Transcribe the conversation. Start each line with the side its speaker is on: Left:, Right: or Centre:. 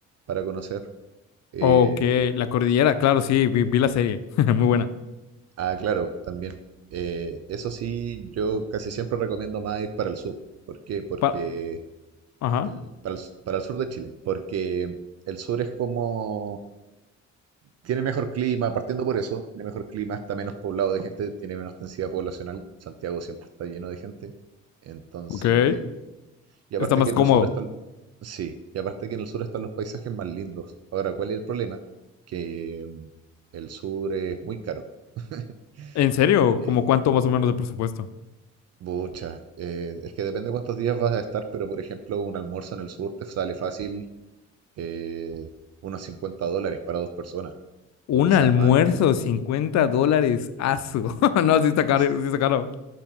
Right: para conocer. Eh,
Left: Ok, la cordillera, claro, sí, vi, vi la serie. <laughs> Muy buena.
Right: ah, claro, también. Eh, eso sí, yo casi siempre recomiendo más ir para el sur. ¿Por qué? Porque
Left: Pa- Ajá.
Right: el, para el, s- para el sur de Chile. Porque el sur es como... Tiene mejor clima, partiendo por eso, tiene mejor clima, está menos poblado de gente, tiene menos densidad poblacional. Santiago siempre está lleno de gente. Entonces...
Left: Ok.
Right: Y aparte
Left: Está más
Right: que en
Left: cómodo.
Right: el sur están, sí, y aparte que en el sur están los paisajes más lindos. Ahora, ¿cuál es el problema? Que mm, el sur es muy caro. <laughs>
Left: ¿En serio?
Right: Eh,
Left: ¿Como cuánto más o menos de presupuesto?
Right: bucha, eh, es que depende cuántos días vas a estar, pero por ejemplo, un almuerzo en el sur te sale fácil eh, unos 50 dólares para dos personas, o
Left: Un
Right: quizás
Left: almuerzo,
Right: más incluso.
Left: 50 dólares. Asu. <laughs> No, sí está caro,
Right: S-
Left: sí está caro.